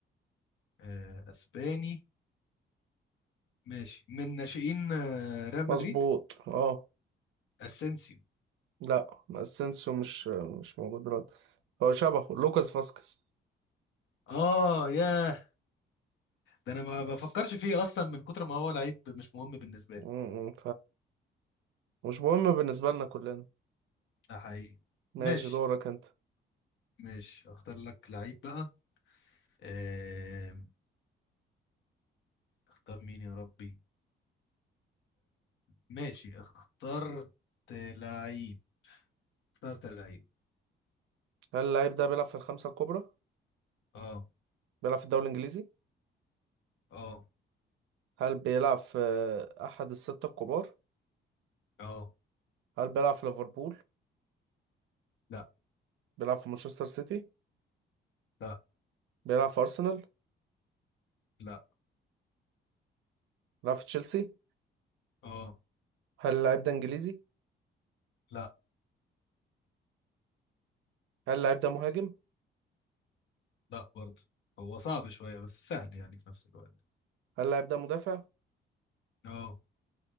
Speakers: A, on the left; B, on the right.
A: آه، اسباني ماشي من ناشئين آه، ريال مدريد
B: مظبوط اه
A: اسينسيو
B: لا ما السينسو مش مش موجود دلوقتي هو شبهه لوكاس فاسكس
A: اه ياه ده انا ما
B: بس
A: بفكرش فيه اصلا من كتر ما هو لعيب مش مهم بالنسبه
B: امم
A: لي
B: مش مهم بالنسبة لنا كلنا
A: ده حقيقي
B: ماشي
A: ماشي
B: دورك انت
A: ماشي اختار لك لعيب بقى آه... اختار مين يا ربي ماشي اخترت لعيب اخترت لعيب
B: هل اللعيب ده بيلعب في الخمسة الكبرى؟
A: اه
B: بيلعب في الدوري الإنجليزي؟
A: اه
B: هل بيلعب في أحد الستة الكبار؟
A: اه
B: هل بيلعب في ليفربول؟
A: لا
B: بيلعب في مانشستر سيتي؟
A: لا
B: بيلعب في أرسنال؟
A: لا
B: بيلعب في تشيلسي؟
A: اه
B: هل اللعيب ده إنجليزي؟
A: لا
B: هل اللعيب ده مهاجم؟
A: لا برضه هو صعب شويه بس سهل يعني في نفس الوقت
B: هل اللعيب ده مدافع؟
A: اه